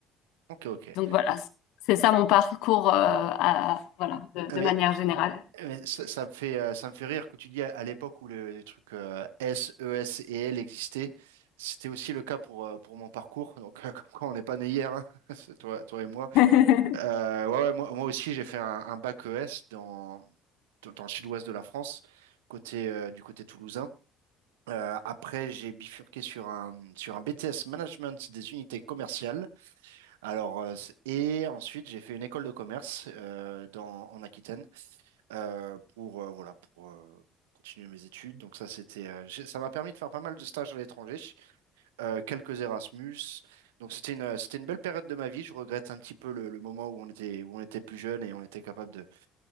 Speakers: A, on the right; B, on the left.
A: Ok, ok.
B: donc voilà, c'est ça mon parcours, euh, à- voilà, de, de
A: Mais,
B: manière générale.
A: mais ça, ça me fait, euh, ça me fait rire que tu dis à, à l'époque où le- les trucs euh, S, ES et L existaient, c'était aussi le cas pour, euh, pour mon parcours. Donc, euh, <laughs> comme quoi, on n'est pas né hier, hein, <laughs> c'est toi, toi et moi.
B: <laughs>
A: Euh, ouais, ouais, moi, moi aussi, j'ai fait un, un bac E S dans, dans le sud-ouest de la France, côté, euh, du côté toulousain. Euh, après, j'ai bifurqué sur un, sur un BTS Management des unités commerciales. Alors, euh, c'est- et ensuite, j'ai fait une école de commerce euh, dans, en Aquitaine euh, pour, euh, voilà, pour euh, continuer mes études. Donc, ça, c'était, euh, j'ai- ça m'a permis de faire pas mal de stages à l'étranger, euh, quelques Erasmus. Donc, c'était une, c'était une belle période de ma vie. Je regrette un petit peu le, le moment où on était, où on était plus jeune et on était capable de,